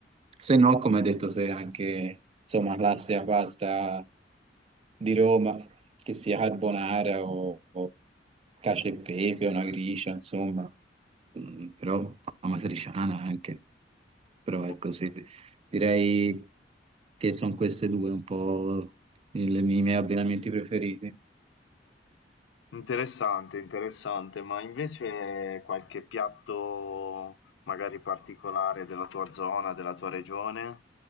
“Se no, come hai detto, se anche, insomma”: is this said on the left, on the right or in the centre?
Right